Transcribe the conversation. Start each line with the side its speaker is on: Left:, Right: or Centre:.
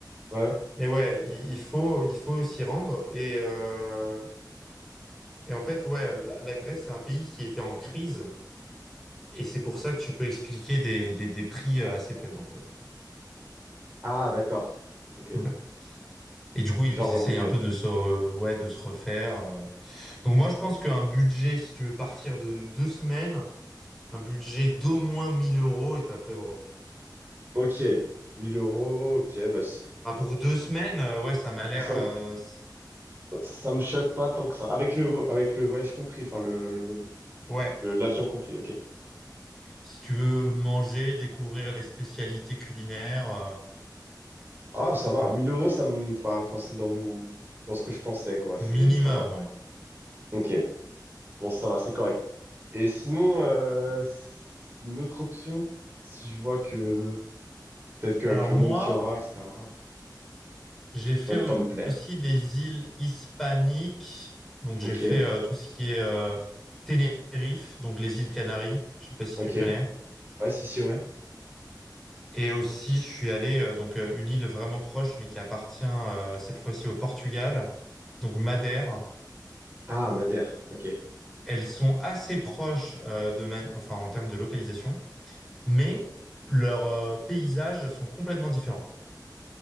Right: ouais. ouais.
Centre: Mais ouais, il il faut, il faut s'y rendre. Et, euh, et en fait, ouais, la, la Grèce, c'est un pays qui était en crise. Et c'est pour ça que tu peux expliquer des, des, des prix euh, assez faibles, en fait.
Right: Ah, d'accord. Ok,
Centre: Ok. Et du coup, ils
Right: genre,
Centre: essayent
Right: enlevé.
Centre: un peu de se, euh, ouais, de se refaire. euh. Donc moi, je pense qu'un budget, si tu veux partir de deux semaines, un budget d'au moins mille euros est à prévoir.
Right: ok, 1000 euros, ok, bah, c'est-
Centre: Ah, pour deux semaines, euh, ouais, ça m'a l'air...
Right: ça,
Centre: euh, c-
Right: Ça me choque pas tant que ça. Avec le, vo- avec le voyage compris, enfin, le, le,
Centre: ouais,
Right: le- l'avion compris, ok.
Centre: si tu veux manger, découvrir les spécialités culinaires, euh,
Right: Ah, ça va.
Centre: un
Right: 1000 euros, ça me, enfin, enfin, c'est dans, mon- dans ce que je pensais, quoi. C'est,
Centre: minimum,
Right: ça va.
Centre: ouais.
Right: Ok. Bon, ça va, c'est correct. Et sinon, euh, une autre option, si je vois que, peut-être qu'avec
Centre: Alors
Right: le
Centre: moi,
Right: monde qu'il y aura, etc.,
Centre: j'ai fait
Right: pourrait
Centre: au-
Right: pas me plaire.
Centre: aussi des îles hispaniques. Donc j'ai
Right: Ok.
Centre: fait euh, tout ce qui est euh, Tenerife, donc les îles Canaries. Je sais pas si
Right: Ok.
Centre: tu connais.
Right: Ouais, si, si, ouais.
Centre: Et aussi, je suis allé euh, donc euh, une île vraiment proche, mais qui appartient euh, cette fois-ci au Portugal, donc Madère.
Right: Ah, Madère. Ok.
Centre: Elles sont assez proches euh, de Man- enfin en termes de localisation, mais leurs euh, paysages sont complètement différents.